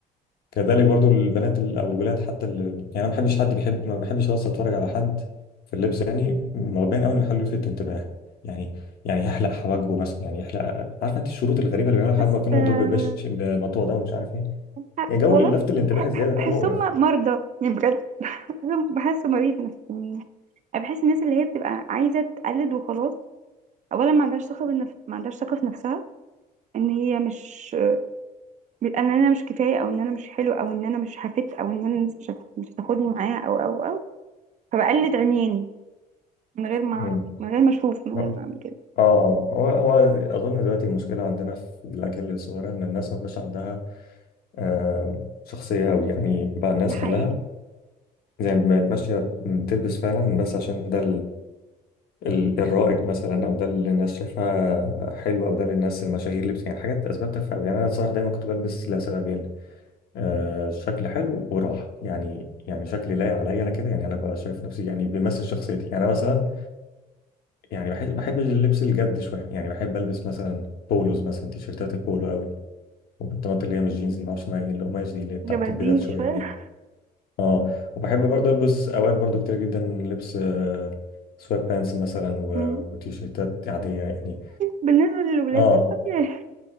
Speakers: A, on the left; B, on the right.
A: كذلك برضو البنات ال- او الولاد حتى ال... يعني انا ما بحبش حد بيحب ما بحبش اصلا اتفرج على حد في اللبس يعني مبين قوي انه يحاول يلفت انتباه يعني يعني يحلق حواجبه مثلا يعني يحلق عارفه انت الشروط الغريبه اللي بيعملوا
B: بس
A: حواجبه كانه
B: آه،
A: مضروب ببش بمطوه ده ومش عارف ايه
B: ح-
A: يا جو
B: والله
A: لفت
B: ب-
A: الانتباه
B: ح-
A: الزياده
B: ح-
A: ده
B: بحسهم
A: مقرف
B: مرضى يعني بجد بحسهم بحسه مريض نفسي يعني أنا بحس الناس اللي هي بتبقى عايزة تقلد وخلاص أولا ما عندهاش ثقة بالنفس ما عندهاش ثقة في نفسها إن هي مش إن أنا مش كفاية أو إن أنا مش حلو أو إن أنا مش هفت أو إن أنا الناس مش هت- مش هتاخدني معايا أو أو أو فبقلد عمياني من غير ما أعرف
A: امم
B: من غير ما أشوف من غير
A: اه
B: ما أعمل كده
A: آه، هو هو اظن دلوقتي المشكله عندنا في الاجيال الصغيره ان الناس ما بقاش عندها آه شخصيه قوي يعني بقى الناس
B: دي حقيقي
A: كلها زي ما بقت ماشيه بتلبس فعلا بس عشان ده ال- الرائج مثلا او ده اللي الناس شايفاه حلو او ده اللي الناس المشاهير اللي بت... يعني حاجات اسباب تافهه أوي. يعني انا صراحه دايما كنت بلبس لسببين آه شكل حلو وراحه يعني يعني شكلي لايق عليا انا كده يعني انا ببقى شايف نفسي يعني بيمثل شخصيتي يعني انا مثلا يعني بحب بحب اللبس الجد شويه يعني بحب البس مثلا بولوز مثلا تيشيرتات البولو قوي والبنطلونات اللي هي مش جينز دي معرفش ما هي القماش دي اللي هي بتاعت
B: جبردين
A: البدل
B: دي
A: شويه
B: شوية
A: دي اه وبحب برضه البس اوقات برضه كتير جدا لبس آه سوات بانس مثلا و-
B: <laughs> مم.
A: وتيشيرتات عاديه يعني
B: بالنسبة للولاد
A: اه
B: ده طبيعي